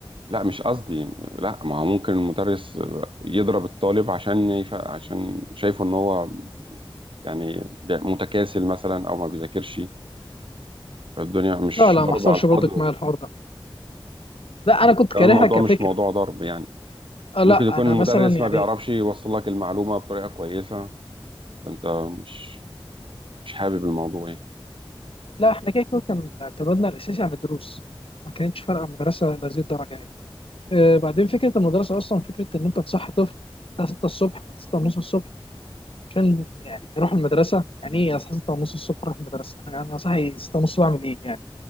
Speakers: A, on the right; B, on the left.
A: لا مش قصدي لا ما هو ممكن المدرس يضرب الطالب عشان يف... عشان شايفه ان هو يعني متكاسل مثلا او ما بيذاكرش الدنيا مش
B: لا لا
A: ضرب
B: ما حصلش
A: على الفاضي
B: برضك معايا الحوار ده لا
A: وكمان
B: انا كنت كارهها
A: الموضوع
B: كفكره
A: مش موضوع ضرب يعني
B: آه،
A: ممكن
B: لا
A: يكون
B: انا
A: المدرس
B: مثلا يعني
A: ما بيعرفش يوصل لك المعلومة بطريقة كويسة فأنت مش مش حابب الموضوع يعني
B: لا احنا كده كده كان اعتمادنا الاساسي على الدروس ما كانتش فارقه المدرسه لهذه الدرجه يعني آه، بعدين فكره المدرسه اصلا فكره ان انت تصحي طفل الساعه 6 الصبح 6 ونص الصبح عشان يعني يروح المدرسه يعني ايه الساعه 6 ونص الصبح اروح المدرسه انا أنا صاحي 6 ونص بعمل ايه يعني